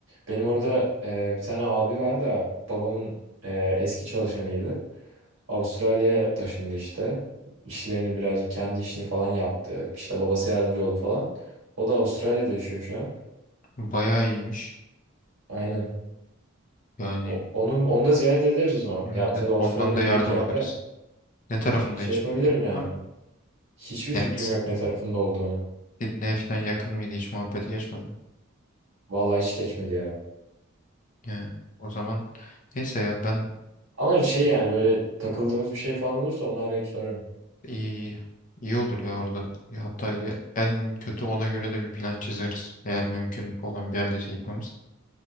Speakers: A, on the right (about 65°); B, on the left (about 40°).
A: Benim orada e, bir tane abi var da babamın e, eski çalışanıydı. Avustralya'ya taşındı işte. İşlerini birazcık kendi işini falan yaptı. İşte babası yardımcı oldu falan. O da Avustralya'da yaşıyor şu an.
B: bayağı iyiymiş.
A: Aynen.
B: Yani
A: O- Onun, onu da ziyaret ederiz o zaman.
B: evet
A: Ya tabii
B: evet
A: Avustralya
B: ondan da yardım
A: büyük yerde.
B: alırız. Ne tarafında
A: Şey
B: hiçbir
A: yapabilirim
B: fikrin
A: yani.
B: var mı?
A: Hiçbir
B: Yani
A: fikrim yok ne tarafında olduğunu.
B: Sydney'e falan yakın mıydı hiç muhabbete geçmedim.
A: Vallahi hiç geçmedi ya.
B: Yani o zaman neyse ya ben
A: Ama şey yani böyle takıldığımız bir şey falan olursa onu arayıp sorarım.
B: İyi, iyi olur ya orada. Ya Hatta ya- en kötü ona göre de bir plan çizeriz. Eğer mümkün olan bir yerdeyse gitmemiz.